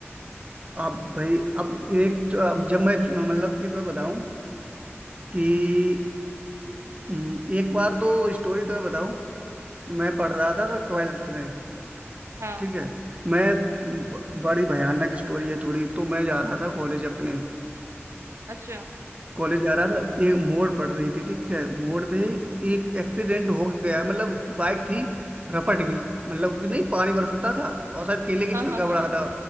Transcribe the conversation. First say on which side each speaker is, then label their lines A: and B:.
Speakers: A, on the right; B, on the right.
A: अब भाई अब एक अब जब मैं मतलब कि तुम्हें बताऊं कि हम्म, एक बार तो स्टोरी तो मैं बताऊं मैं पढ़
B: हाँ
A: रहा था ट्वेल्थ में
B: हाँ
A: ठीक है मैं ब- बड़ी भयानक स्टोरी है थोड़ी तो मैं जा रहा था कॉलेज अपने
B: अच्छा
A: कॉलेज जा रहा था एक मोड़ पड़ रही थी ठीक है मोड़ पे एक एक्सीडेंट हो गया मतलब बाइक थी रपट गई मतलब कि नहीं पानी
B: ठीक।
A: बरसता था और शायद केले की
B: हाँ
A: छिलका
B: हाँ हाँ
A: पड़ा था